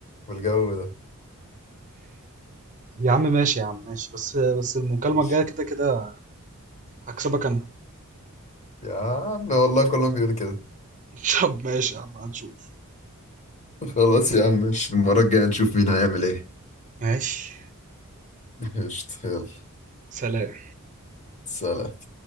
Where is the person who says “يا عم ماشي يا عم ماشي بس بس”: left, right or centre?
Right